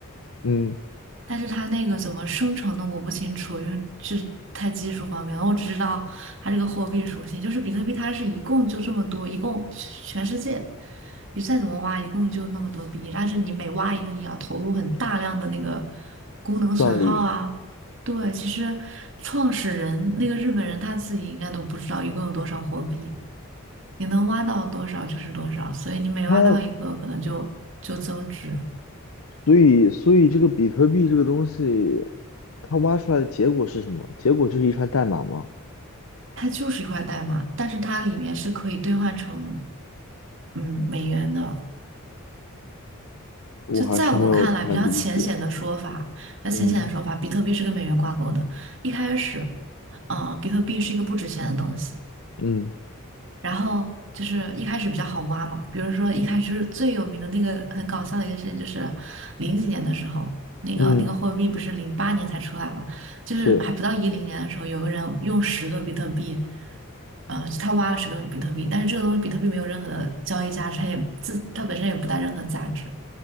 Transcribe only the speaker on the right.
但是它那个怎么生成的我不清楚，因为这太技术方面了。我只知道它这个货币属性，就是比特币，它是一共就这么多，一共全世界你再怎么挖，一共就那么多币。但是你每挖一个，你要投入很大量的那个功能损耗啊。
对，其实创始人那个日本人他自己应该都不知道一共有多少货币，你能挖到多少就是多少，所以你每挖到一个，
可能就就增值。
它就是一块代码，但是它里面是可以兑换成嗯美元的。
就在我看来，比较浅显的说法，比较浅显的说法，
比特币是跟美元挂钩的。一开始，啊、比特币是一个不值钱的东西。
然后就是一开始比较好挖嘛，比如说一开始就是最有名的那个很搞笑的一个事情，就是零几年的时候，那个那个货币不是零八年才出来嘛，
就是还不到一零年的时候，
有个人用十个比特币，嗯、呃他挖了十个比特币，但是这个东西比特币没有任何的交易价值，它也自它本身也不带任何价值。